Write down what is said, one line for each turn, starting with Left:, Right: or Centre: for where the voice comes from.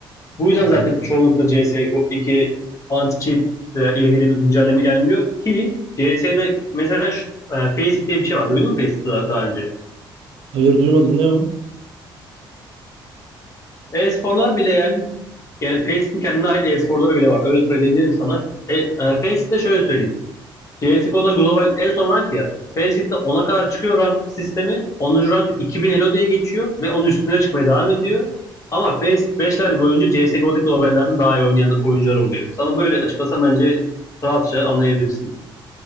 Left: Bu yüzden
Right: Aa,
Left: zaten çoğunlukla cs iki anti-cheat ile ilgili bir güncelleme gelmiyor ki CS'de mesela şu, e, Faceit diye bir şey var. Duydun mu Faceit'i daha, daha önce?
Right: hayır duymadım. Ne o?
Left: E, e-sporlar bile yani, yani Faceit'in kendine ait e-sporları bile var. Öyle söyleyebilirim sana. E, e, Faceit'te şöyle söyleyeyim. CSGO'da global en son rank ya. Faceit de 10'a kadar çıkıyor rank sistemi. onuncu rank 2000 Elo diye geçiyor ve onun üstüne çıkmaya devam ediyor. Ama Faceit beşler boyunca CSGO'daki globallerden daha iyi oynayan oyuncular oluyor. Sana böyle açıklasam bence rahatça anlayabilirsin.